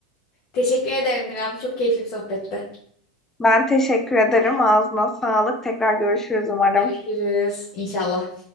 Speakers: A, on the left (about 50°); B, on the left (about 15°).
A: Teşekkür ederim Miram. Çok keyifli bir sohbetti.
B: Ben teşekkür ederim. Ağzına sağlık. Tekrar görüşürüz umarım.
A: Görüşürüz. İnşallah.